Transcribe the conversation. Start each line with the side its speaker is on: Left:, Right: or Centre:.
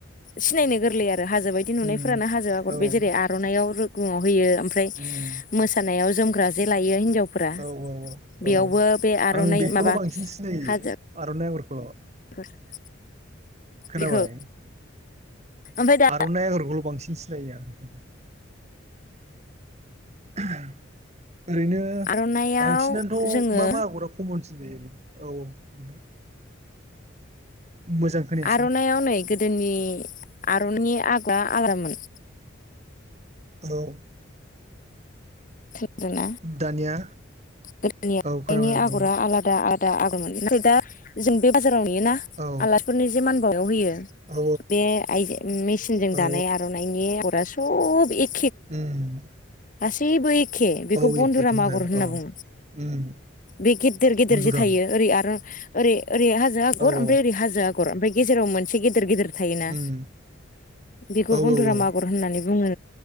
Left: सिनायनो गोरलै आरो हाजो बायदि नुनायफोरानो
Right: उम
Left: हाजो आगर
Right: औ उम
Left: बे जेरै आरनायाव रुगुआव होयो ओमफ्राय
Right: उम
Left: मोसानायाव जोम ग्रा जे लायो हिनजावफोरा
Right: औ औ
Left: बेयावबो
Right: औ
Left: बे आरनाइ
Right: आं बेखौल'
Left: माबा
Right: बांसिन सिनायो
Left: हाजो
Right: आर'नाइ आगरखौल'
Left: <inaudible>
Right: खोनाबाय।
Left: बेखौ ओमफ्राय दा
Right: आरनाइ आगरखौल बांसिन सिनायो आरो <inaudible> ओरैनो
Left: आर'नाइआव
Right: बांसिनानोथ
Left: जोङो
Right: मा मा आगरा खमनसिन जायो? औ औ मोजां खोनायासै
Left: आरनायाव नै गोदोनि आरननि आग्ला आग्रामोन
Right: औ
Left: आरोना
Right: दानिया
Left: गोदोनि
Right: औ खोनाबाय
Left: आगरा
Right: बुं
Left: आलादा आरो दा आगर मोनोना ओमफ्राय दा जों बे बाजाराव नुयोना
Right: औ
Left: आलासिफोरनो जि मान बाउनायाव होयो-
Right: औ
Left: बे आइजो मेसिनजों
Right: औ
Left: दानाय आरनाइनि अगरा सब एख
Right: उम
Left: गांजेबो एखे बेखौ
Right: औ
Left: बन्धुराम
Right: एखेथ' आरो
Left: आगर होनना
Right: औ
Left: बुङो।
Right: उम
Left: बे गेददेर गेदेर
Right: बन्दुराम
Left: जे थायो ओरै आरो ओरै ओरै हाजो आगर
Right: औ
Left: ओमफ्राय
Right: औ
Left: ओरै हाजो आगर ओमफ्राय गेजेराव मोनसे गेदेर गेदेर थायोना
Right: उम
Left: बेखौ
Right: औ
Left: बन्धुराम
Right: औ
Left: आगर होननानै बुङो